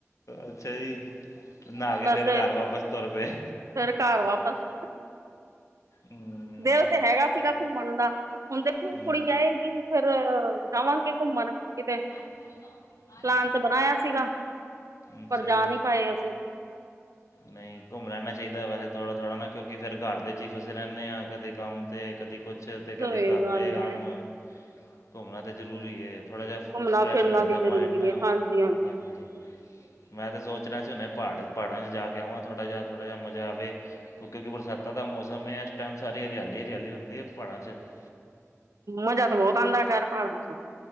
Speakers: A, on the left; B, on the right.
A: ਅੱਛਾ ਜੀ ਨਹਾ ਕੇ
B: ਬਸ
A: ਫੇਰ ਘਰ ਵਾਪਸ ਤੁਰ ਪਏ
B: ਫਿਰ ਘਰ ਵਾਪਸ
A: ਹਮ,
B: ਦਿਲ ਤੇ ਹੈਗਾ ਸੀਗਾ ਘੁੰਮਣ ਦਾ ਹੁਣ ਦੇਖੋ
A: ਹਮ,
B: ਕੁੜੀ ਆਏਗੀ ਫੇਰ ਜਾਵਾਂਗੇ ਘੁੰਮਣ ਕਿਤੇ
A: ਨਾ
B: ਪਲਾਨ ਤਾਂ ਬਣਾਇਆ ਸੀਗਾ
A: ਅੱਛਾ
B: ਪਰ ਜਾ
A: ਜੀ
B: ਨਹੀਂੀ ਪਾਏ ਅਸੀਂ
A: ਨਹੀਂ ਘੁੰਮ ਲੈਣਾ ਚਾਹੀਦਾ ਵੈਸੇ ਥੋੜ੍ਹਾ ਥੋੜ੍ਹਾ ਨਾ ਕਿਉਂਕਿ ਫਿਰ ਘਰ ਦੇ 'ਚ ਹੀ ਫਸੇ ਰਹਿੰਦੇ ਹਾਂ ਕਦੇ ਕੰਮ 'ਤੇ ਕਦੀ ਕੁਛ ਤਾਂ ਕਦੇ
B: ਸਹੀ
A: ਕਰਦੇ
B: ਗੱਲ
A: ਕੰਮ
B: ਹੈ
A: ਘੁੰਮਣਾ ਤਾਂ ਜ਼ਰੂਰੀ ਥੋੜ੍ਹਾ ਜਿਹਾ
B: ਘੁੰਮਣਾ
A: ਫਰੈਸ਼
B: ਫਿਰਨਾ
A: ਹੋ ਜਾਂਦਾ
B: ਵੀ ਜ਼ਰੂਰੀ
A: ਮਾਇੰਡ ਨਾ
B: ਹੈ ਹਾਂਜੀ
A: ਹਾਂਜੀ ਮੈਂ ਤਾਂ ਸੋਚ ਰਿਹਾ ਸੀ ਹੁੇ ਪਹਾੜ ਪਹਾੜਾਂ ਚ ਜਾ ਕੇ ਆਵ ਥੋੜਾ ਥੋੜ੍ਹਾ ਜਿਹਾ ਮਜ਼ਾ ਆਵੇ ਕਿਉ ਕਿਉਂਕਿ ਬਰਸਾਤ ਦਾ ਮੌਸਮ ਹੈ ਇਸ ਟਾਈਮ ਸਾਰੀ ਹਰਿਆਲੀ ਹਰਿਆਲੀ ਹੁੰਦੀ ਹੈ ਪਹਾੜਾਂ '
B: ਮਜ਼ਾ ਤਾਂ ਬਹੁਤ ਆਉਂਦਾ ਪਹਾੜਾਂ ਚੋਂ